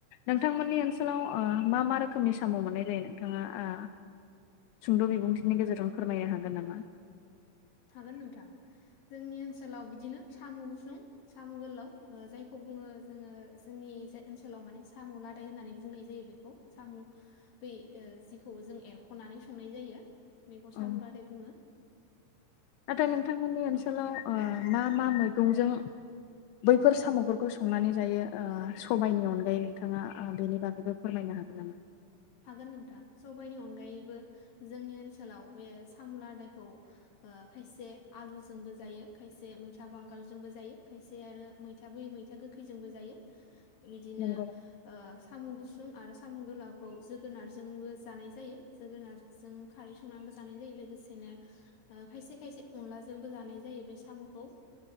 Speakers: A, on the left; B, on the left.
A: नोंथांमोननि ओनसोलाव ओ मा मा रोखोमनि साम' मोननाय जायो नोंथाङा ओ सुंद' बिबुंथिनि गेजेरजों फोरमायनो हागोन नामा?
B: हागोन नोंथां जोंनि ओनसोलाव बिदिनो साम' गुसुं साम' गोलाव जायखौ बुङो जोङो जोंनि जाय ओनसोलाव माने साम' लादाय होननानै बुंनाय जायो बेखौ साम' ब जिखौ जों एरख'नानै संनाय जायो। बेखौ
A: औ
B: सामुलादै बुङो।
A: नाथाय नोंथांमोननि ओनसोलाव ओ मा मा मैगंजों बैफोर साम'फोरखौ संनानै जायो ओ समबायनि अनगायै नोंथाङा बेनि बागैबो फोरमायनो हागोन नामा?
B: हागोन नोंथां सबाइनि अनगायैबो जोंनि ओनसोलाव बे सामुलादायखौ ओ खायसे आलुजोंबो जायो खायसे मैथा बांगालजोंबो जायो खायसे आरो मैथा बै मैथा गोखैजोंबो जायो। बिदिनो
A: नंगौ
B: ओ साम' गुसु सुं आरो साम' गोलाव खौ जोगोनारजोंबो जानाय जायो जोगोनारजों खारै संनानैबो जानाय जायो लोगोसेनो ओ खायसे खायसे अनलाजोंबो जानाय जायो बे साम'खौ।